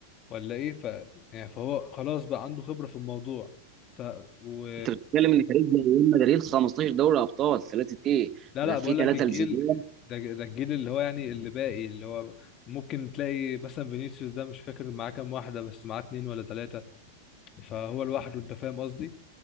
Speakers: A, on the left; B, on the right.
A: ولا إيه ف... يعني فهو خلاص بقى عنده خبرة في الموضوع ف و...
B: انت بتتكلم ان فريق زي ريال مدريد 15 دوري ابطال ثلاثه ايه
A: لا
B: ده
A: لا
B: في
A: بقول
B: ثلاثه
A: لك الجيل
B: لزيدان
A: ده ده الجيل اللي هو يعني اللي باقي اللي هو ممكن تلاقي مثلا فينيسيوس ده مش فاكر معاه كام واحدة بس معاه اتنين ولا تلاتة فهو لوحده انت فاهم قصدي